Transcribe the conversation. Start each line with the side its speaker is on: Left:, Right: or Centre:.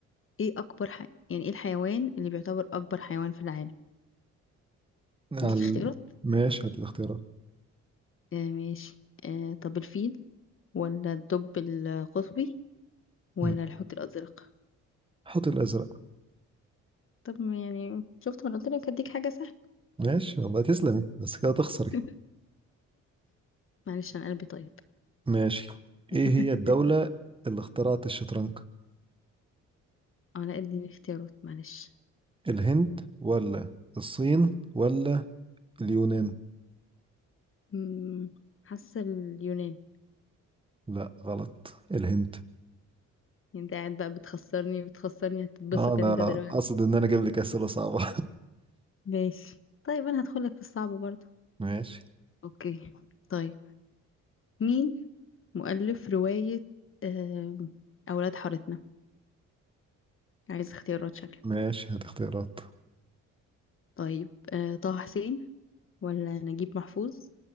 Left: ايه اكبر ح... يعني ايه الحيوان اللي بيعتبر اكبر حيوان في العالم
Right: على
Left: اديك
Right: ال-
Left: اختيارات
Right: ماشي هات الاختيارات
Left: آه ماشي آه طب الفيل ولا الدب القطبي ولا
Right: مم.
Left: الحوت الازرق
Right: حط الازرق
Left: طب ما يعني شفت ما أنا قلت لك هديك حاجة سهلة
Right: ماشي والله تسلمي بس كده تخسري
Left: <laughs> معلش انا قلبي طيب
Right: ماشي
Left: <laughs>
Right: ايه هي الدولة اللي اخترعت الشطرنج
Left: اه لا اديني اختيارات معلش
Right: الهند ولا الصين ولا اليونان
Left: أمم، حاسة اليونان
Right: لا غلط الهند
Left: يعني انت قاعد بقى بتخسرني بتخسرني هتتبسط
Right: آه، انا
Left: انت دلوقتي
Right: اقصد ان انا اجيب لك اسئلة صعبة
Left: ماشي طيب انا هدخلك في الصعب برضو
Right: <laughs> ماشي
Left: اوكي طيب مين مؤلف رواية آم، اولاد حارتنا عايز اختيارات شكلك
Right: ماشي هات اختيارات
Left: طيب آه، طه حسين ولا نجيب محفوظ